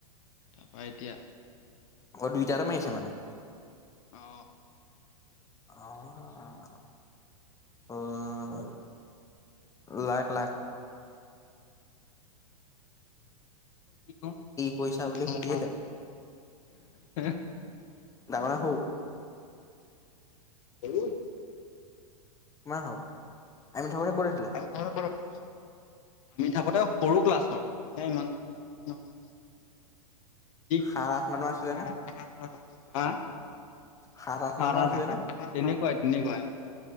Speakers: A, on the left; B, on the left.
A: তাৰ পৰা এতিয়া
B: অ' দুইটাতে মাৰিছে মানে,
A: অ
B: অহ'। অ' লাখ লাখ
A: কি কৰোঁ
B: কৰিছা বুলি সুধিয়ে দে
A: <unintelligible>
B: নাৰাখোঁ।
A: এই
B: কিমান হ'ল, আমি থাকোঁতে ক'ত আছিলে।
A: এইফালে ক'ত আছে। নি থাকোতে সৰু ক্লাছৰ, এ ইমান ক্লাছ দি
B: সাত আঠ মানৰ আছিলে
A: <unintelligible>
B: নে
A: হা।
B: সাত আঠ
A: সাত-আঠ,
B: মানৰ আছিলে নে
A: <inaudible> তেনেকুৱাই তেনেকুৱাই, অহ'।